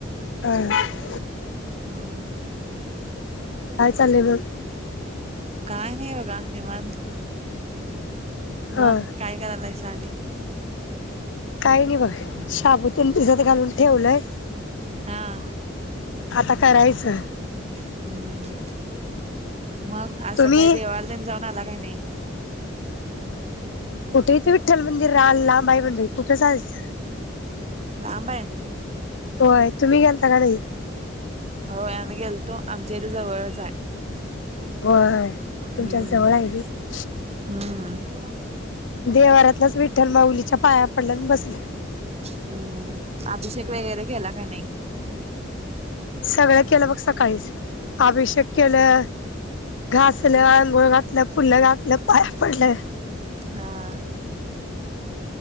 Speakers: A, on the left (about 75°); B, on the right (about 35°).
A: ह.
B: हम्म.
A: काय चाललंय मग?
B: काय नाय बगा निवांत मग?
A: हा
B: काय करायलायसा आणि?
A: काही नाही बघ. शाबू तेन भिजत घालून ठेवलंय
B: हां.
A: आता कारायचं.
B: हम्म मग आज
A: तुम्ही
B: सकाळी देवाला तेन जाऊन आला का नाही?
A: कुठ हीथ विठ्ठल मंदिर रा आ लांब हाय मा बाई कुठं जायचं?
B: लांब हाय.
A: होय तुम्ही गेलता का नाही?
B: होय आम्ही गेलतो आमच्या इथे जवळच हाय. हम्म
A: होय तुमच्या जवळ आहे
B: हम्म.
A: नी देव्हाऱ्यातल्याच विठ्ठल माउलीच्या पाया पडल्यान बसले.
B: हम्म अभिषेक वगैरे केला का नाही?
A: सगळं केलं बघ सकाळीच अभिषेक केलं घासलं, अंंगोळ घातलं, फुलं घातलं, पाया पडलं.
B: हां.